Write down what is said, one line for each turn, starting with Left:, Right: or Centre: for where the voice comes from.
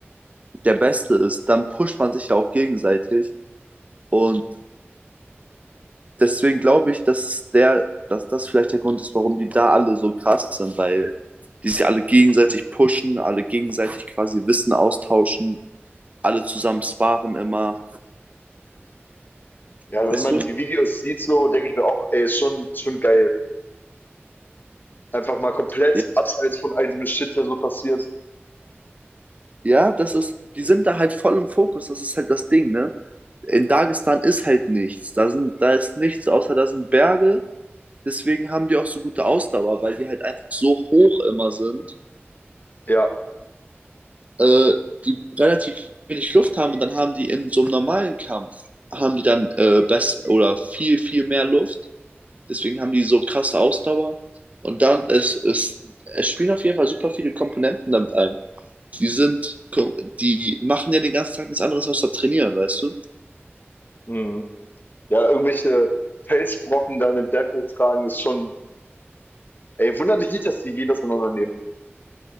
Right: der Beste ist, dann pusht man sich ja auch gegenseitig und deswegen glaube ich, dass der, dass das vielleicht der Grund ist, warum die da alle so krass sind, weil die sich alle gegenseitig pushen, alle gegenseitig quasi Wissen austauschen, alle zusammen sparen immer.
Left: Ja,
Right: Weißt
Left: wenn man
Right: du?
Left: die Videos sieht, so denke ich mir auch, ey, ist schon, schon geil. Einfach mal komplett
Right: Ja,
Left: abseits von all diesem Shit, der so passiert.
Right: ja, das ist, die sind da halt voll im Fokus, das ist halt das Ding, ne? In Dagestan ist halt nichts. Da, sind, da ist nichts, außer da sind Berge. Deswegen haben die auch so gute Ausdauer, weil die halt einfach so hoch immer sind
Left: Ja,
Right: äh, die relativ wenig Luft haben und dann haben die in so einem normalen Kampf, haben die dann äh, best oder viel, viel mehr Luft. Deswegen haben die so krasse Ausdauer. Und dann, es, es, es spielen auf jeden Fall super viele Komponenten damit ein. Die sind, die machen ja den ganzen Tag nichts anderes außer trainieren, weißt du?
Left: mhm. ja, irgendwelche Felsbrocken da in den Berg hochtragen, ist schon, ey, wundert mich nicht, dass die jedes auseinandernehmen.